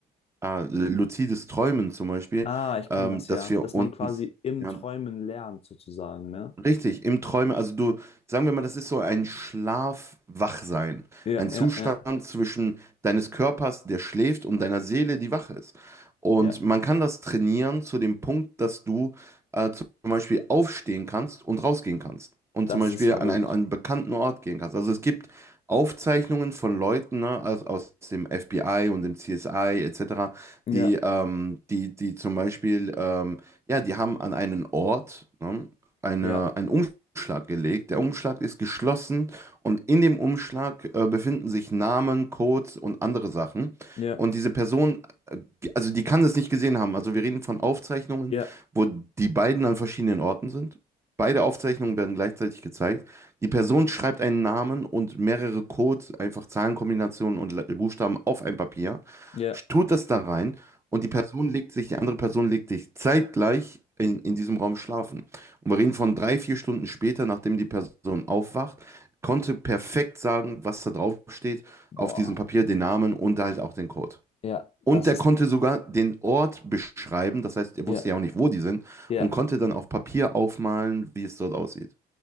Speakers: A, on the right (about 15°); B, on the left (about 35°).
A: ah, luzides Träumen zum Beispiel,
B: Ah, ich
A: ähm,
B: kenne das
A: dass
B: ja,
A: wir
B: dass
A: uns
B: man quasi im
A: ja,
B: Träumen lernt sozusagen, ne?
A: Richtig, im Träume, also du, sagen wir mal, das ist so ein Schlaf-Wachsein,
B: Ja,
A: ein Zustand
B: ja, ja.
A: zwischen deines Körpers, der schläft, und deiner Seele, die wach ist. Und
B: Ja,
A: man kann das trainieren zu dem Punkt, dass du äh, zum Beispiel aufstehen kannst und rausgehen kannst und
B: das
A: zum Beispiel
B: ist verrückt.
A: an einen, an einen bekannten Ort gehen kannst. Also es gibt Aufzeichnungen von Leuten, ne, aus, aus dem FBI und dem CSI etc.,
B: Ja,
A: die, ähm, die, die zum Beispiel, ähm, ja, die haben an einen Ort, ne? eine,
B: Ja,
A: einen Umschlag gelegt. Der Umschlag ist geschlossen und in dem Umschlag äh, befinden sich Namen, Codes und andere Sachen.
B: ja,
A: Und diese Person, äh, also die kann das nicht gesehen haben. Also wir reden von Aufzeichnungen,
B: ja,
A: wo die beiden an verschiedenen Orten sind. Beide Aufzeichnungen werden gleichzeitig gezeigt. Die Person schreibt einen Namen und mehrere Codes, einfach Zahlenkombinationen und Le- Buchstaben auf ein Papier,
B: ja.
A: tut das da rein und die Person legt sich, die andere Person legt sich zeitgleich in, in diesem Raum schlafen. Und wir reden von drei, vier Stunden später, nachdem die Person aufwacht, konnte perfekt sagen, was da drauf steht,
B: Boah.
A: auf diesem Papier, den Namen und halt auch den Code.
B: Ja,
A: Und
B: das
A: der
B: ist,
A: konnte sogar den Ort beschreiben, das heißt, er
B: ja,
A: wusste ja auch nicht, wo die sind,
B: ja.
A: und konnte dann auf Papier aufmalen, wie es dort aussieht.